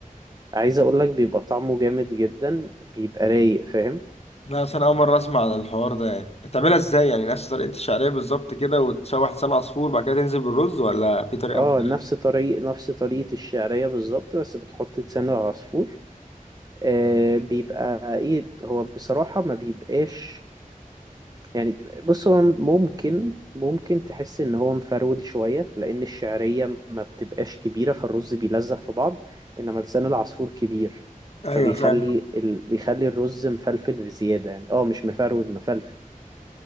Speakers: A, on the right (about 25°); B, on the left (about 45°).
A: عايز اقول لك بيبقى طعمه جامد جدا بيبقى رايق فاهم
B: لا اصل انا اول مره اسمع عن الحوار ده يعني تعملها ازاي يعني نفس طريقه الشعريه بالظبط كده وتشوح لسان عصفور بعد كده تنزل بالرز ولا في طريقه
A: اه
B: مختلفه
A: نفس طريق نفس طريقة الشعرية بالظبط بس بتحط لسان العصفور آه بيبقى ايه هو بصراحة ما بيبقاش يعني بص هو ممكن ممكن تحس ان هو مفرول شوية لان الشعرية ما بتبقاش كبيرة فالرز بيلزق في بعض انما لسان العصفور كبير
B: ايوه
A: فبيخلي
B: فاهم
A: ال... بيخلي الرز مفلفل بزيادة يعني اه مش مفرول مفلفل